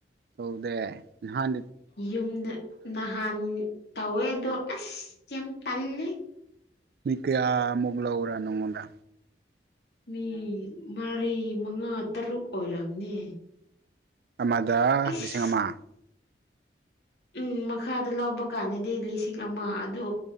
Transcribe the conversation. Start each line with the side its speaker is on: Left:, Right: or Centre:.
Right: ꯇꯧꯗꯦ ꯅꯍꯥꯟ
Left: ꯌꯨꯝꯗ ꯅꯍꯥꯟ ꯇꯧꯋꯦꯗꯣ ꯑꯁ ꯌꯥꯝ ꯇꯜꯂꯤ
Right: ꯃꯤ ꯀꯌꯥꯃꯨꯛ ꯂꯥꯎꯔꯥ ꯅꯪꯉꯣꯟꯗ
Left: ꯃꯤ ꯃꯔꯤ ꯃꯉꯥ ꯇꯔꯨꯛ ꯑꯣꯏꯔꯝꯅꯤ
Right: ꯑꯃꯗ
Left: ꯑꯁ
Right: ꯂꯤꯁꯤꯡ ꯑꯃ
Left: ꯎꯝ ꯃꯈꯥꯗ ꯂꯧꯕ ꯀꯥꯟꯗꯗꯤ ꯂꯤꯁꯤꯡ ꯑꯃ
Right: ꯎꯝ
Left: ꯑꯗꯨ